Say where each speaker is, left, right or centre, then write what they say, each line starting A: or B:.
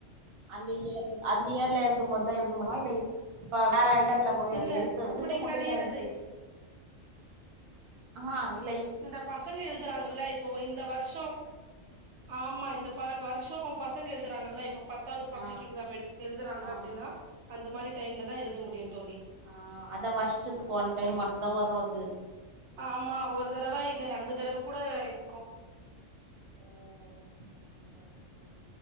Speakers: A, on the right; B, on the right.
A: அந்த இயர் அந்த இயர்ல எழுதும்போதுதா எழுந்த முடியுமா இல்ல இப்ப வேற இயர் <unintelligible>
B: இல்ல
A: எழுத
B: அப்படி
A: எழுத முடியல
B: கெடையாது
A: எனக்கு ஆ இப்
B: இந்த பசங்க எழுதுறாங்கல்ல இப்போ இந்த வருஷ ஆமா இந்த பா வருஷ பசங்க எழுதுறாங்கல்ல இப்ப பத்தாவது பப்ளிக்
A: ஆ
B: எக்ஸாம் எடுத் எழுதுறாங்க
A: ஆ
B: அப்படின்னா அந்த மாரி டைம்ல தா எழுத முடியு தோழி
A: ஆ அதா வருஷத்துக்கு ஒன் டைம் மட்டு தா வரும் அது
B: ஆமா ஒரு தடவ இல்ல ரெண்டு தடவ கூட இருக்கு
A: ஓ சேரிங்க சேரிங்க தோழி